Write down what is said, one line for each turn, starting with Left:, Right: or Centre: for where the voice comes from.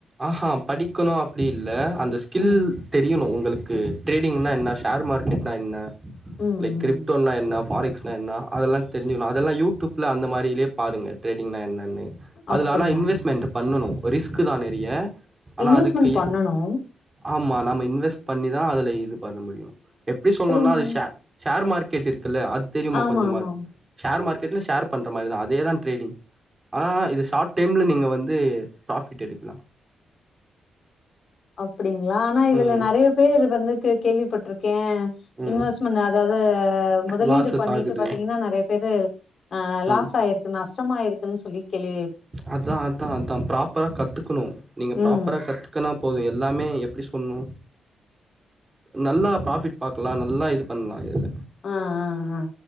Right: ஆஹா படிக்கணு அப்டி இல்ல அந்த ஸ்கில்
Left: ம்
Right: தெரியணு உங்களுக்கு ட்ரேடிங்னா என்ன ஷேர் மார்க்கெட்னா என்ன
Left: ம்
Right: க்ரிப்டோனா
Left: ம்
Right: என்ன ஃபார் எக்ஸ்னா என்ன அதல்லா தெரிஞ்சுகுணு அதல்லா யூடூப்ல அந்த மாரிலயே பாருங்க ட்ரேடிங்னா என்னனு அதுல
Left: அப்டியா
Right: ஆனா இன்வெஸ்மென்ட் பண்ணணு ரிஸ்கு தா நெறிய ஆனா
Left: இன்வெஸ்ட்மெண்ட்
Right: அதுக்கு எ
Left: பண்ணணு
Right: ஆமா நம்ம இன்வெஸ் பண்ணிதா அதுல இது பண்ண முடியு எப்டி சொல்ணுனா
Left: செரிங்க
Right: அது ஷ ஷேர் மார்க்கெட் இருக்குல்ல அது தெரியுமா
Left: ஆமா
Right: கொஞ்சாமாது
Left: ஆமா
Right: ஷேர் மார்கெட்ல ஷேர் பண்ற மாரிதா. அதேதா ட்ரேடிங்‌. ஆ இது ஷார்ட் டைம்ல நீங்க வந்து ப்ராஃபிட் எடுக்லா.
Left: அப்டிங்களா ஆனா இதுல
Right: ம்
Left: நறைய பேரு வந்து கே கேள்வி பட்ருக்கே
Right: ம்
Left: இன்வெஸ்ட்மெண்ட் அதாது முதலீடு
Right: லாசஸ்
Left: பண்ணிட்டு
Right: ஆகுது
Left: பாத்தீங்கன்னா நெறைய பேரு ஆ லாஸ்
Right: ம்
Left: ஆய்ருக்கு நஷ்டமாயிருக்குன்னு சொல்லி கேள்வி
Right: அதா அதா அதா ப்ராப்பரா கத்துக்கணு. நீங்க
Left: ம்
Right: ப்ராப்பரா கத்து க்கனா போது. எல்லாமே எப்டி சொல்னு நல்லா ப்ராஃபிட் பாக்லா. நல்லா இது பண்லா இதுல.
Left: ஆ ஆ ஆ